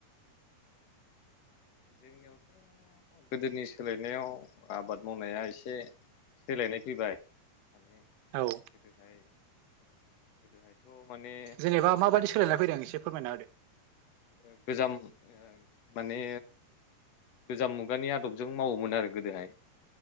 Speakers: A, on the right (about 80°); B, on the left (about 65°).
A: <unintelligible>
B: जोंनियावथ' गोदोनि सोलायनायाव आबाद मावनाया एसे सोलायनाय फैबाय माने
A: औ
B: गोदोहाय गोदोहाय थ' माने
A: जेनेबा माबायदि सोलायनाय
B: ओ
A: फैदों एसे फोरमायना होदो
B: ओ गोजाम ओ माने गोजाम मुगानि आदबजों मावोमोन आरो गोदोहाय